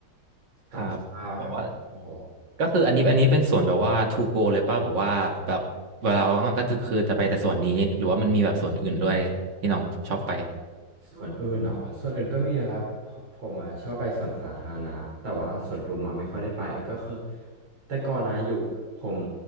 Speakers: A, on the right; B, on the right.
A: ครับแบบว่า
B: ตามสภาพครับโอ้โห
A: ก็คืออันนี้อันนี้เป็นส่วนแบบว่า to go เลยป่ะแบบว่าแบบเวลาว่างๆก็จะคือจะไปแต่ส่วนนี้หรือว่ามันมีแบบส่วนอื่นด้วยที่น้องชอบไป
B: ส่วนอื่นเหรอส่วนอื่นก็มีนะครับผผมอะชอบไปสวนสาธารณะแต่ว่าสวนลุมอะไม่ค่อยได้ไปก็คือแต่ก่อนนะอยู่ผม